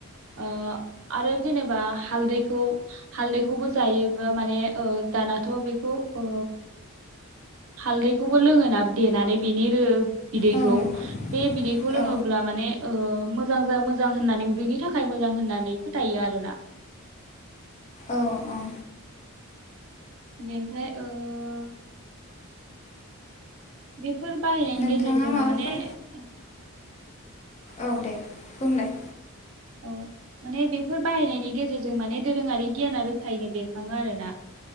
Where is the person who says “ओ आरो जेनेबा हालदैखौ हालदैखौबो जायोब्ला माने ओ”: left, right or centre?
Right